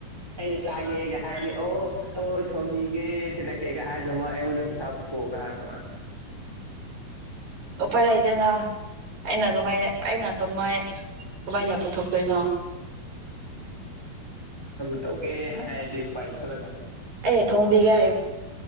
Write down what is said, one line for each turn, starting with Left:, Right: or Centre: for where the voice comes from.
Centre: ꯀꯩꯅꯁꯒꯦ ꯍꯦꯒ ꯍꯥꯏꯗꯤ ꯑꯣ ꯑꯣ ꯊꯝꯕꯒ ꯊꯤꯂꯒ ꯍꯥꯏꯗꯃ ꯌꯦꯡꯉꯣꯟ ꯄꯤꯁꯥꯎꯊꯒ ꯍꯥꯏꯉ
Right: ꯎꯄꯥꯏ ꯑꯥꯏꯇꯅꯥ ꯑꯩꯅ ꯀꯃꯥꯏ ꯑꯩꯅ ꯀꯃꯥꯏ ꯀꯃꯥꯏꯅ ꯄꯨꯊꯣꯛꯇꯣꯏꯅꯣ
Centre: ꯇꯒꯦ ꯍꯦꯗꯤ ꯄꯥꯏ ꯆ
Right: ꯑꯦ ꯊꯣꯝꯕꯤꯒꯦ